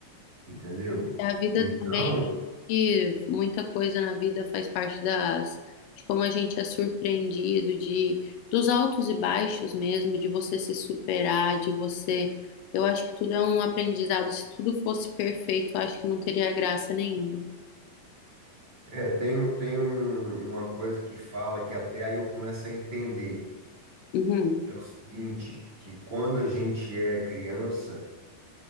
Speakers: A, on the right (about 40°); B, on the left (about 80°).
A: Entendeu?
B: A vida
A: Então,
B: também que muita coisa na vida faz parte das, de como a gente é surpreendido, de dos altos e baixos mesmo, de você se superar, de você. Eu acho que tudo é um aprendizado. Se tudo fosse perfeito, eu acho que não teria graça nenhuma.
A: É, tem, um- tem um- uma coisa que fala que até aí eu começo a entender,
B: Uhum,
A: que é o seguinte, que quando a gente é criança,